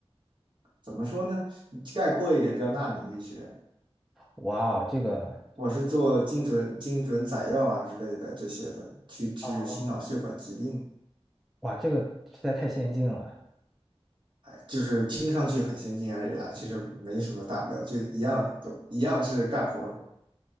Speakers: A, on the right; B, in the centre.
A: 怎么说呢？概括一点叫纳米医学。
B: 哇哦，这个，
A: 我是做精准精准载药啊之类的这些的，去治心脑血管疾病。
B: 哦，哇，这个实在太先进了。
A: 哎，就是听上去很先进而已啦，其实没什么大不了，就一样都一样是干活儿。